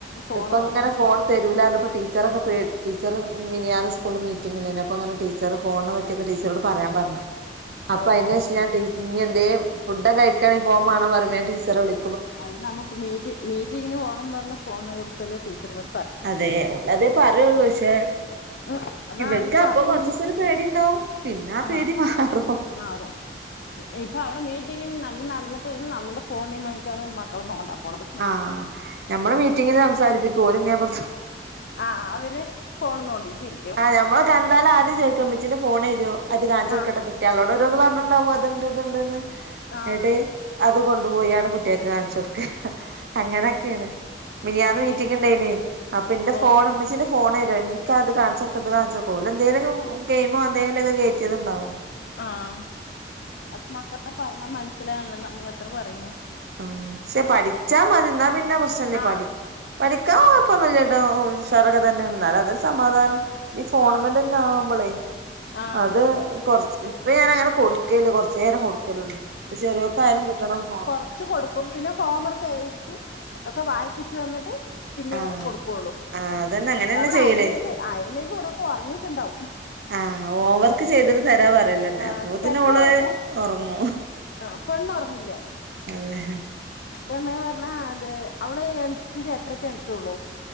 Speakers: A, on the left (about 65°); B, on the right (about 65°).
A: ഫോണ്
B: ഇപ്പ
A: വേണം
B: ഇങ്ങനെ ഫോൺ തരുല്ലാന്ന്ഇപ്പോ ടീച്ചറൊക്കെ പേടിച്ച് ടീച്ചറ് മിനിയാന്ന് സ്കൂളില് മീറ്റിംഗ് ഉണ്ടായി അപ്പ അങ്ങനെ ടീച്ചറ് ഫോൺ ചെന്ന് ടീച്ചറോട് പറയാൻപറഞ്ഞു അപ്പൊ
A: ഓ
B: അതിന്റെ
A: ഓ
B: ശേഷം ഞ ടീ ഇനി എന്തേ ഫുഡ് കഴിക്കണ പോണ് വേണന്നു പറഞ്ഞ ഞാൻ ടീച്ചറെ വിളി
A: അത് നമ്മക്ക്‌ മീറ്റ് മീറ്റിങ്ങിന് പോണംന്ന് പറഞ് ഫോണിനെ കുറിച്ചല്ലേ ടീച്ചറ് മാ
B: അതെ അതെ പറയുള്ളൂ പക്ഷേ
A: ഉം എന്നാ
B: ഇവർക്ക്
A: അതിപ്പോ
B: അപ്പൊ
A: അതിൽ
B: കൊറച്ച് ദിവസര പേടി ഉണ്ടാവും പിന്നെ ആ
A: ആഹ്
B: പേടി മാറും
A: മാറും ഇപ്പൊ അവിടെ മീറ്റിംഗ് നമ്മൾ നടന്നിട്ടിന്ന് നമ്മുടെ ഫോണിമായിട്ടാണ് മക്കള് നോണ്ട പോണത്
B: ആഹ് ഞമ്മള് മീറ്റിങ്ങില് സംസാരിപ്പിക്കുംഓര് ഇങ്ങേപ്പറത്തു
A: ആഹ് അവര് ഫോണ് തോണ്ടിട്ടിരിക്കും
B: ആ ഞമ്മള് കണ്ടാലആദ്യം ചോക്കും ഉമ്മച്ചിടെ ഫോണ് തരോ അത് കാണിച്ച് കൊടുക്കട്ടെന്ന്
A: ആഹ്
B: കുട്ട്യാആളോട് ഓരോന്ന് പറഞ്ഞുണ്ടാവും അത് ഇണ്ട് ഇതുണ്ട്ന്ന്
A: ആഹ്
B: എടെ അത് കൊണ്ടുപോയി ആടെ കുട്ട്യാക്ക്‌ കാണിച്ചൊട്ക്കാൻ അങ്ങനൊക്കെണ് മിനിയാന്ന്
A: അങ്ങനെ
B: മീറ്റിംഗ്ണ്ടായിന് അപ്പൊ ഇന്റെ
A: ഓ
B: ഫോണ് ഇമ്മച്ചിന്റെ ഫോ ഫോണ് രൺ ൻക്കത് കാൺച്ചൊട്ക്കാ ഇത് കാൺച്ചൊട്ക്കാ ‌ ഓലെന്തേലും ഗെയിമോ എന്തേലൊക്കെ കേറ്റ്യേത്ണ്ടാവും
A: ആഹ് അപ്പ മക്കള പറഞ്ഞാ മൻസ്സിലാൺല്ല നമ്മ എത്ര പറയിണ്
B: ആഹ് ശെ പഠിച്ചാ മതി ന്നാ പിന്നെ പ്രശ്നല്ലേ
A: ആഹ്
B: പഠി പഠിക്കാൻ കൊഴപ്പൊന്നുല്ലട്ടോ ഉഷാറൊക്കെത്തെന്നേണ് ന്നാലതൊര് സമാധാനം ഈ ഫോണ്മ്മെലെന്നാവുമ്പളെ
A: ആഹ് ആഹ്
B: അത് കൊർച്ച് ഇപ്പ ഞാനങ്ങനെ കൊടുക്കല്ല കൊർച്ചേരം കൊടുക്കലുള്ളു പ്പ ചെറിയോക്കായാലും കിട്ടണം ഫോണ്
A: ച്ച് കൊടുക്കും പിന്നെ ഹോംവർക്ക് എഴുതി ഒക്കെ വായിപ്പിച്ച്തന്ന്ട്ട് പിന്യോ
B: ആഹ്
A: കൊടുക്കൊള്ളു
B: ആഹ് അതന്നെ അങ്ങനെന്നെ
A: അവടെ
B: ചെയ്യല്
A: <unintelligible> ഇവിടെയൊക്കെ ഒറങ്ങിയിറ്റ്ണ്ടാവും
B: ആഹ് ഹോം വർക്ക് ചെയ്തിട്ട് തെരാ പറയലെന്നെ
A: ആഹ്
B: അപ്പോത്തിനോള്
A: ചെക്ക ഉറങ്ങും
B: ഒർങ്ങും
A: ആഹ് പെണ്ണോർങ്ങില്ല
B: അതെ
A: പെണ്ണ് പർഞ്ഞ അത് അവള് എണിക്കുന്നത് എട്ടരക്കെ എണിക്കൊള്ളു